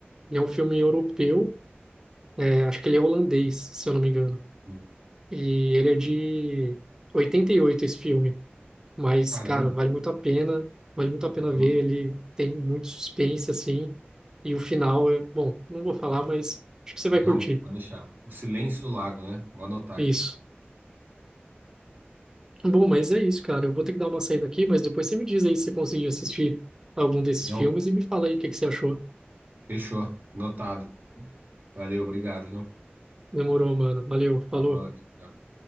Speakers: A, on the right; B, on the right.
A: ele é um filme europeu, é, acho que ele é holandês, se eu não me engano.
B: Hum.
A: E ele é de 88 esse filme, mas
B: Caramba.
A: cara, vale muito a pena, vale muito a pena
B: Vou
A: ver,
B: ano-
A: ele tem muito suspense assim, e o final é, bom, não vou falar, mas acho que você vai
B: Não,
A: curtir.
B: vou deixar. O Silêncio do Lago, né? Vou anotar
A: Isso.
B: aqui.
A: Bom, mas é isso, cara. Eu vou ter que dar uma saída aqui, mas depois você me diz aí se você conseguiu assistir algum desses
B: Não,
A: filmes e me fala aí o que que você achou.
B: fechou. Anotado. Valeu, obrigado, viu?
A: Demorou, mano. Valeu, falou.
B: Falou. tchau, tchau.